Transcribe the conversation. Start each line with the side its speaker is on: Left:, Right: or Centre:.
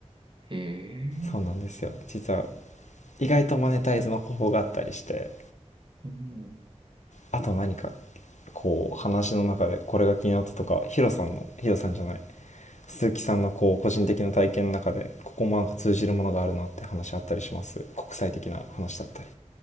Right: へえ。
Left: そうなんですよ実は意外とマネタイズの方法があったりして
Right: うん。
Left: あと何かこう話の中でこれが気になったとかヒロさんのヒロさんじゃない鈴木さんのこう個人的な体験の中でここもなんか通じるものがあるなって話あったりします国際的な話だったり